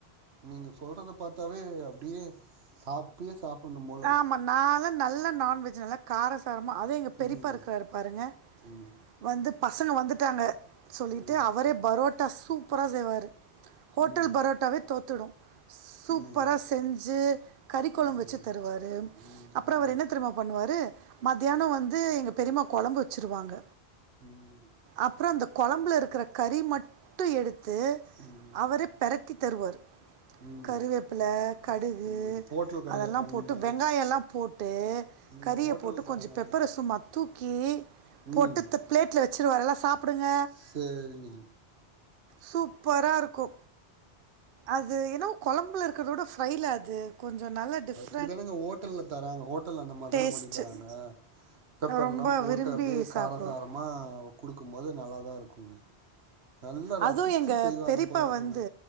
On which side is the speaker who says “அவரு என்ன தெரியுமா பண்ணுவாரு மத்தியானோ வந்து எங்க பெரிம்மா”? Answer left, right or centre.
Right